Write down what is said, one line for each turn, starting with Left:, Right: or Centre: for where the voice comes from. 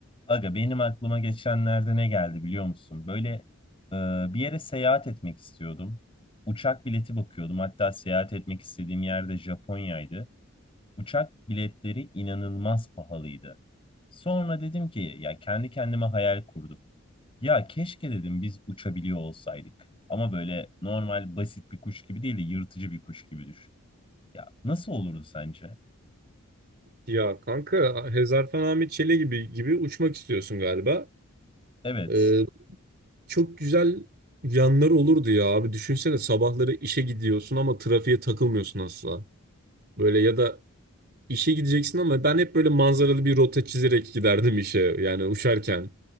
Left: Aga benim aklıma geçenlerde ne geldi biliyor musun? Böyle e, bir yere seyahat etmek istiyordum. Uçak bileti bakıyordum. Hatta seyahat etmek istediğim yerde Japonya'ydı. Uçak biletleri inanılmaz pahalıydı. Sonra dedim ki ya kendi kendime hayal kurdum. Ya keşke dedim biz uçabiliyor olsaydık. Ama böyle normal basit bir kuş gibi değil de yırtıcı bir kuş gibi düşün. Ya nasıl olurdu sence?
Right: Ya kanka Hezarfen Ahmet Çele gibi gibi uçmak istiyorsun galiba.
Left: Evet.
Right: Ee, çok güzel yanları olurdu ya abi. Düşünsene sabahları işe gidiyorsun ama trafiğe takılmıyorsun asla. Böyle ya da işe gideceksin ama ben hep böyle manzaralı bir rota çizerek giderdim işe yani uçarken.